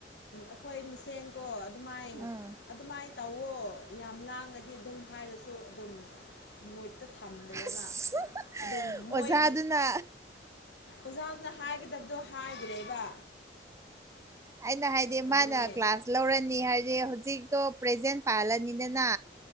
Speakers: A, on the left; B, on the right.
A: ꯑꯩꯈꯣꯏ ꯃꯤꯁꯦꯟ ꯀꯣ ꯑꯗꯨꯃꯥꯏ
B: ꯑꯥ
A: ꯑꯗꯨꯃꯥꯏꯅ ꯇꯧꯋꯣ ꯌꯥꯝ ꯂꯥꯡꯉꯗꯤ ꯑꯗꯨꯝ ꯍꯥꯏꯔꯁꯨ ꯑꯗꯨꯝ ꯃꯣꯏꯠꯇ ꯊꯝꯗ꯭ꯔꯦꯕ
B: ꯑꯁ
A: ꯑꯗꯣ ꯃꯣꯏ
B: ꯑꯣꯖꯥꯗꯨꯅ
A: ꯑꯣꯖꯥꯗꯨꯅ ꯍꯥꯏꯒꯗꯕꯗꯣ ꯍꯥꯏꯗ꯭ꯔꯦꯕ
B: ꯑꯩꯅ ꯍꯥꯏꯗꯤ
A: ꯑꯗꯨꯅꯦ
B: ꯃꯥꯅ ꯀ꯭ꯂꯥꯁ ꯂꯧꯔꯅꯤ ꯍꯥꯏꯗꯤ ꯍꯧꯖꯤꯛꯇꯣ ꯄ꯭ꯔꯖꯦꯟ ꯄꯥꯜꯂꯅꯤꯗꯅ